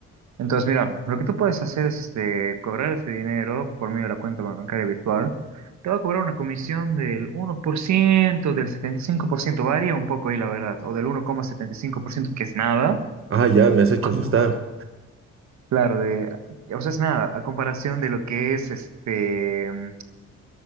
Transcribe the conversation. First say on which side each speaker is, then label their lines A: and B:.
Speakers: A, on the right; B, on the right.
A: Entonces, mira, lo que tú puedes hacer es este, cobrar ese dinero por medio de la cuenta bancaria virtual. Te va a cobrar una comisión del uno por ciento del setenta y cinco por ciento varía un poco ahí la verdad, o del uno coma setenta y cinco por ciento que es nada,
B: Ah, ya, me has hecho
A: <laughs>
B: asustar.
A: Claro, de, o sea, es nada, a comparación de lo que es este, mm,